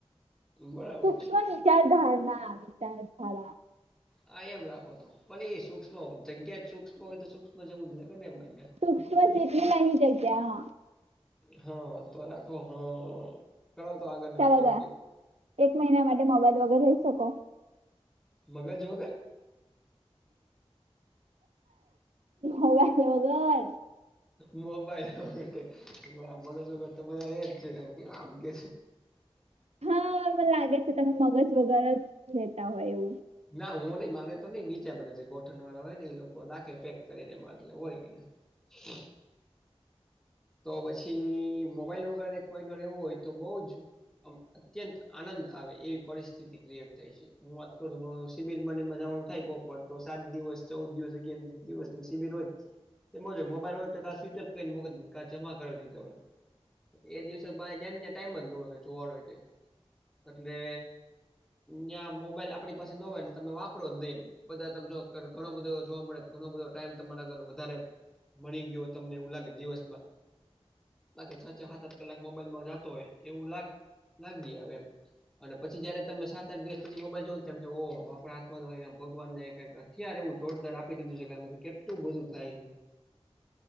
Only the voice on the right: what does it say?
સૂક્ષ્મ
વિચાર ધારણા, વિચાર ધારા
સુક્ષ્મ જેટલી નાની જાય ત્યા.
ચાલો
તો એક મહિના માટે મોબાઈલ વગર રહી શકો?
મોબાઈલ વગર
હા, મને લાગે છે તમે મગજ વગર જ લેતા હોય એવું.